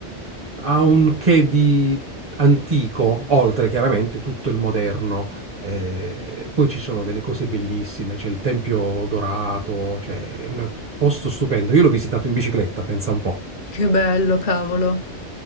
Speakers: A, on the right (about 35°); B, on the left (about 60°).
A: ha un che di antico, oltre chiaramente tutto il moderno. Eh, poi ci sono delle cose bellissime, c'è il Tempio Dorato, cioè è un posto stupendo. Io l'ho visitato in bicicletta, pensa un po'.
B: Che bello, cavolo.